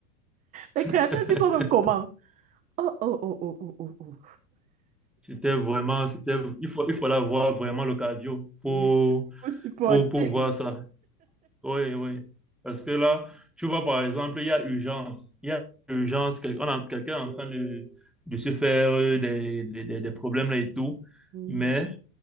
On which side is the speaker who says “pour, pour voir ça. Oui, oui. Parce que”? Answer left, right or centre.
Centre